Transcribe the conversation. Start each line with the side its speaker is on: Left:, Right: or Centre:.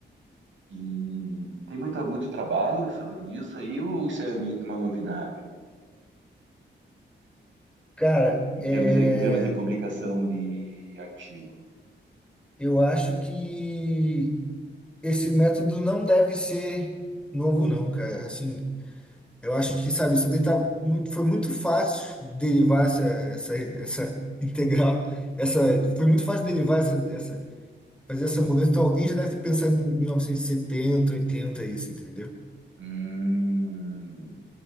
Right: E tem muito, muito trabalho sobre isso aí, ou isso é meio que uma novidade
Centre: Cara,
Right: em
Centre: é,
Right: termos de, em termos de publicação de artigo?
Centre: eu acho que esse método não deve ser novo, não, cara. Assim, eu acho que, sabe, isso daí tá muito, foi muito fácil derivar essa, essa, essa integral. Essa, foi muito fácil derivar essa, essa, fazer essa mudança. Então, alguém já deve ter pensado em 1970, 80, isso, entendeu?
Right: Hum,